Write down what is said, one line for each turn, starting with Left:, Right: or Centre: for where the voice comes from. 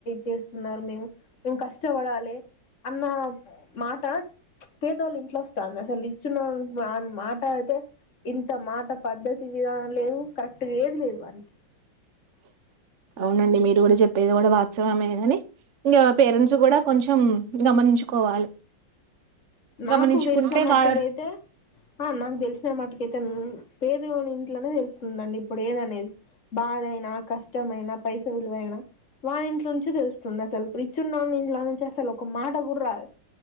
Left: చేస్తున్నారు మేము మేము కష్టపడాలి అన్న మాట పేదోళ్ళు ఇంట్లో వస్తంది అసలు ఇచ్చిన అ మాట అయితే ఇంత మాట పద్ధతి విధానం లేదు కరెక్ట్గా ఏది లేదు వానికి
Right: అవునండి మీరు కూడా చెప్పేది కూడా వాస్తవమే కాని ఇంగ పేరెంట్స్ కూడా కొంచెం గమనించుకోవాలి
Left: నాకు
Right: గమనించుకుంటే
Left: వెలిసిన మట్టుక
Right: వాళ్ళ
Left: అయితే ఆ నాకు తెలిసిన మట్టుకైతే పేదోని ఇంట్లోనే తెలుస్తుందండి ఇప్పుడు ఏదనేది బాధైనా కష్టమయినా పైస విలువైనా వాని ఇంట్లో నుంచి తెలుస్తుంది అసలు రిచ్ ఉన్న ఇంట్లో నుంచి అసలు ఒక మాట గూడ రాదు